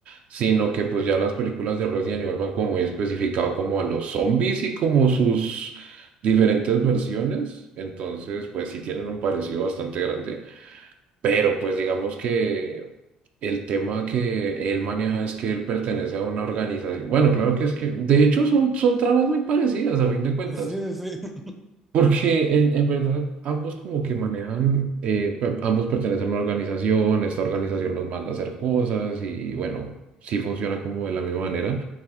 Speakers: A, on the right; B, in the centre.
A: sino que pues ya las películas de Resident Evil van como muy especificado como a los zombies y como sus diferentes versiones. Entonces, pues sí tienen un parecido bastante grande. Pero pues digamos que el tema que él maneja es que él pertenece a una organización. Bueno, claro que es que, de hecho, son, son tramas muy parecidas a fin de cuentas
B: sí, sí, sí.
A: porque en, en verdad ambos como que manejan, eh, pe- ambos pertenecen a una organización, esta organización los manda a hacer cosas y bueno, sí funciona como de la misma manera,